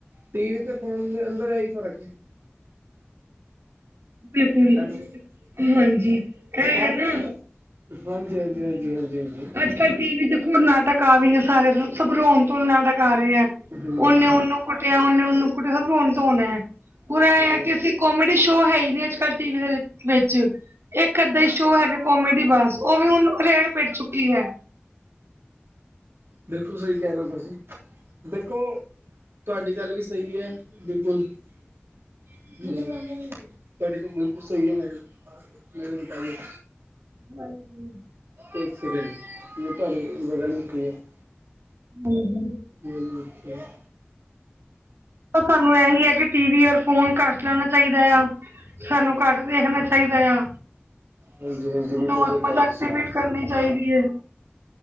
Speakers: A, on the right; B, on the right.
A: ਟੀਵੀ ਤੇ ਫੋਨ ਦੇ ਅੰਦਰ ਐਈ ਫਰਕ ਏ।
B: ਬਿਲਕੁਲ
A: ਹੈਨਾ,
B: ਹਾਂਜੀ ਇਹ
A: ਬਾਕੀ
B: ਹੈ ਨਾ
A: ਹਾਂਜੀ-ਹਾਂਜੀ, ਹਾਂਜੀ-ਹਾਂਜੀ, ਹਾਂਜੀ।
B: ਅੱਜ-ਕੱਲ ਟੀਵੀ ਦੇਖੋ ਲਾਤਾ, ਕਾਫੀ ਸਾਰੇ ਸਭ ਰੋਣ-ਧੋਣ ਨਾਟਕ ਆ ਰਹੇ ਆ।
A: ਹੂੰ
B: ਉਹਨੇ-ਉਹਨੂੰ ਕੁੱਟਿਆ, ਉਹਨੇ-ਉਹਨੂੰ ਕੁੱਟਿਆ, ਸਭ ਰੋਣ-ਧੋਣ ਐ, ਪੂਰਾ
A: ਹੂੰ
B: ਐਂਆ ਕਿ ਅਸੀ ਕੋਮੇਡੀ ਸ਼ੋਅ ਹੈਹੀ ਨੀ ਅੱਜ-ਕੱਲ ਟੀਵੀ ਦੇ ਵਿੱਚ, ਇੱਕ-ਅੱਦਾ ਈ ਸ਼ੋਅ ਹੈਗਾ ਕੌਮੇਡੀ ਬੱਸ, ਉਹ ਵੀ ਹੁਣ ਰੇਲ ਪੇਟ ਚੁੱਕੀ ਐ।
A: ਬਿਲਕੁਲ ਸਹੀ ਕਹਿ ਰਹੇ ਓ ਤੁਸੀਂ। ਦੇਖੋ, ਤੁਵਾਡੀ ਗੱਲ ਵੀ ਸਹੀ ਐ, ਬਿਲਕੁਲ। ਹੂੰ, ਤੁਹਾਡੀ ਗੱਲ ਬਿਲਕੁਲ ਸਹੀ ਏ ਫਿਰ। ਮੇਰੇ ਮੁਤਾਬਿਕ
B: ਹਾਂਜੀ।
A: ਇੱਕ ਸਕਿੰਡ, ਮੈਨੁ ਤੁਵਾਡੀ ਗਗ <unintelligible>
B: ਹਾਂਜੀ।
A: <unintelligible> ਲਿਖਿਆ
B: ਤਾਂ ਸਾਨੂੰ ਐਹੀ ਆ ਕਿ, ਟੀਵੀ ਔਰ ਫੋਨ ਘਟ ਲਾਣਾ ਚਾਈਦਾ ਯਾ, ਸਾਨੂੰ ਘੱਟ ਦੇਖਣਾ ਚਾਈਦਾ ਯਾ।
A: ਹਾਂਜੀ ਬਿਲਕੁਲ
B: ਨੋਰਮਲ
A: ਸਹੀ ਕਹਿ ਰਹੇ
B: ਐਕਟੀਵੀਟ
A: ਤੁਸੀਂ
B: ਕਰਨੀ ਚਾਹੀਦੀ ਏ।